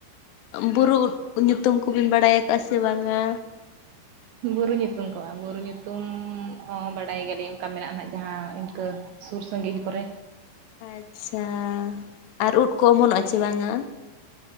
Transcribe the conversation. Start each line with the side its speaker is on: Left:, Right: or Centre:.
Left: ᱵᱩᱨᱩ ᱧᱩᱛᱩᱢ ᱠᱩᱵᱤᱱ ᱵᱟᱲᱟᱭ ᱟᱠᱟᱫᱼᱟ ᱥᱮ ᱵᱟᱝ-ᱟ?
Right: ᱵᱩᱨᱩ ᱧᱩᱛᱩᱢ ᱠᱚᱜᱼᱟ ᱵᱩᱨᱩ ᱧᱩᱛᱩᱢ ᱦᱚᱸ ᱵᱟᱰᱟᱭ ᱜᱮᱭᱟᱞᱤᱧ ᱚᱱᱠᱟ ᱢᱮᱱᱟᱜᱼᱟ ᱱᱟᱜ ᱡᱟᱦᱟ ᱤᱱᱠᱟᱹ ᱥᱩᱨ ᱥᱟᱺᱜᱤᱧ ᱠᱚᱨᱮ᱾
Left: ᱟᱪᱪᱷᱟ ᱟᱨ ᱩᱫ ᱠᱚ ᱚᱢᱟᱱᱚᱜ-ᱟ ᱪᱮ ᱵᱟᱝᱟ?